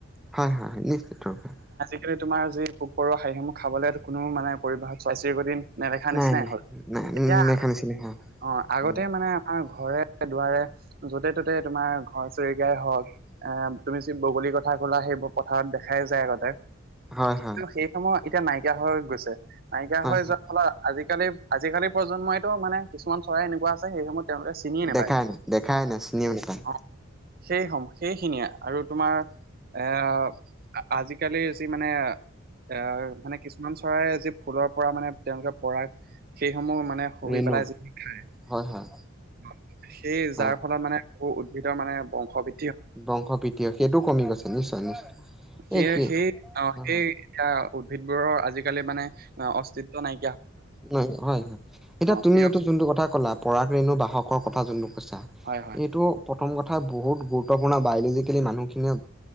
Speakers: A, in the centre; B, on the right.
A: 'হয়', 'হয়' <unintelligible>
B: সেই তোমাৰ যি পোক-পৰুৱা খাই সেইবোৰ খাবলৈ কোনো মানে পৰিবাহক চৰাই-চিৰিকতি নেদেখা
A: নাই
B: নিচিনাই
A: নাই
B: হল
A: নাই
B: এতিয়া
A: নেখা নিচিনা হা
B: অ', আগতে
A: উম
B: মানে আমাৰ ঘৰে দুৱাৰে য'তে ত'তে তোমাৰ ঘৰ চৰিকীয়াই হওক এ', তুমি যি বগলীৰ কথা কলা সেইবোৰ পথাৰত দেখাই যায় আগতে
A: হয়
B: কিন্তু
A: হয়
B: সেই সমূহ এতিয়া নাইকিয়া হৈ গৈছে নাইকিয়া
A: হয়
B: হৈ
A: হয়
B: যোৱাৰ ফলত আজি কালি আজিকালি প্ৰজন্মইটো মানে কিছুমান চৰাই এনেকুৱা আছে সেই সমূহ তেওঁলোকে চিনিয়ে নাপায়,
A: দেখাই নাই দেখাই নাই চিনিও নাপায়
B: অ', সেই সমূহ সেইখিনিয়ে আৰু তোমাৰ এ', আজিকালি যি মানে এ', মানে কিছুমান চৰাই যি ফুলৰ পৰা মানে তেওঁলোকে পৰাগ সেই সমূহ মানে শুহি
A: ৰেণু
B: পেলাই যিখিনি খায় অ',
A: হয় হয়
B: সেই
A: হয়
B: যাৰ ফলত মানে বহু উদ্ভিদৰ মানে বংশবি
A: বংশ বৃদ্ধি হয়, সেইটোও কমি গৈছে নিশ্চয় নিশ্চয়
B: সেইয়ে
A: এই সি
B: সেই অ,
A: হয়
B: সেই
A: হয়
B: এতিয়া উদ্ভিদবোৰৰ আজিকালি মানে অস্তিত্ব নাই
A: উম, হয়। হএতিয়া তুমি
B: সেই
A: এইটো যোনটো কথা ক'লা পৰাগ ৰেণু বাহকৰ কথা যোনটো কৈছা।
B: হয় হয়
A: এইটো প্ৰথম কথা বহুত গুৰুত্বপূৰ্ণ বায়লজিকেলি মানুহখিনিয়ে